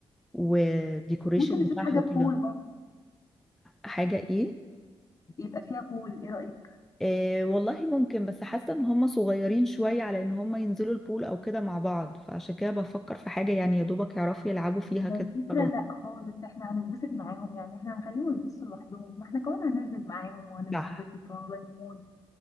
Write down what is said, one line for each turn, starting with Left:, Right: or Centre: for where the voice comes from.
Centre: والديكوريشن
Left: ممكن نشوف
Centre: بتاعها
Left: حاجة
Centre: وكده
Left: بول برضو
Centre: حاجة ايه
Left: يبقى فيها بول ايه رأيك
Centre: آه والله ممكن بس حاسة ان هم صغيرين شوية على ان هم ينزلوا البول او كده مع بعض فعشان كده بفكر في حاجة يعني يا دوبك يعرفوا يلعبوا فيها كده
Left: الفكرة
Centre: خلاص
Left: لا خالص احنا هنتبسط معاهم يعني احنا هنخليهم يبصوا لوحدهم ما احنا كمان هننزل معاهم وهنتبسط
Centre: صح
Left: وهنغير مود